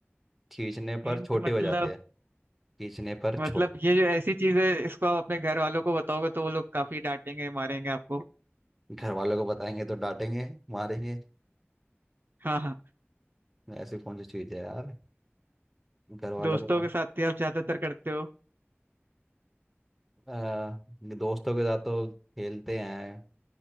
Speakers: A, in the centre; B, on the right.
A: खींचने
B: हिंट
A: पर छोटी
B: मतलब
A: हो जाती है खींचने पर
B: मतलब
A: छोटी
B: ये जो ऐसी चीज है इसको आप अपने घर वालों को बताओगे तो वो लोग काफी डांटेंगे मारेंगे आपको
A: घर वालों को बताएंगे तो डांटेंगे मारेंगे
B: हाँ हाँ
A: ऐसी कौन सी चीज़ है यार घर वालों
B: दोस्तों
A: को
B: के साथ ही आप ज्यादातर करते हो
A: आ, दोस्तों के साथ तो खेलते हैं